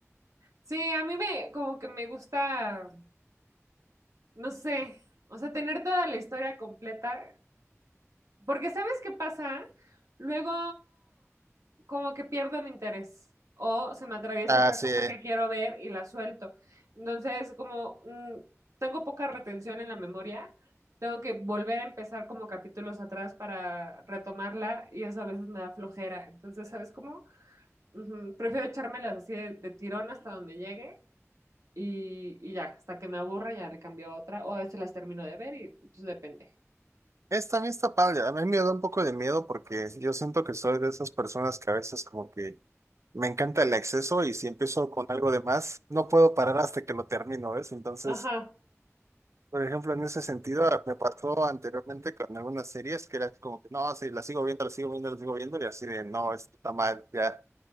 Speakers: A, on the right (about 80°); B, on the right (about 65°).
A: Sí, a mí me, como que me gusta, no sé, o sea, tener toda la historia completa Porque ¿sabes qué pasa? Luego como que pierdo el interés o se me atraviesa
B: Ah,
A: otra
B: sí.
A: cosa
B: Es,
A: que quiero ver y la suelto. Entonces, como mm, tengo poca retención en la memoria, tengo que volver a empezar como capítulos atrás para retomarla y eso a veces me da flojera. Entonces, ¿sabes cómo? Ujú, Prefiero echármelas así de, de tirón hasta donde llegue. Y, y ya, hasta que me aburra, ya le cambio a otra, o a veces las termino de ver y pues depende.
B: también está padre. A mí me da un poco de miedo porque yo siento que soy de esas personas que a veces como que me encanta el exceso y si empiezo con algo de más, no puedo parar hasta que lo termino, ¿ves? Entonces,
A: Ajá.
B: Por ejemplo, en ese sentido, ah, me pasó anteriormente con algunas series que era como que no, sí, la sigo viendo, la sigo viendo, la sigo viendo, y así de no, esto está mal, ya,